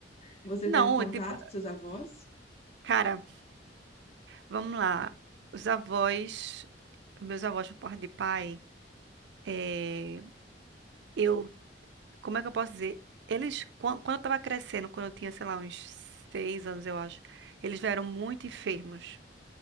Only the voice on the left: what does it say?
Você
teve contato
com seus avós?